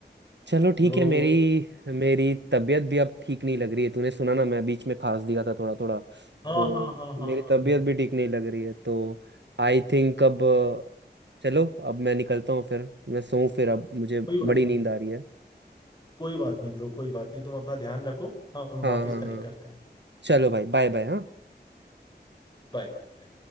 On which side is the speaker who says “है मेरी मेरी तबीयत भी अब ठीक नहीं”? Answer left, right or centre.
Right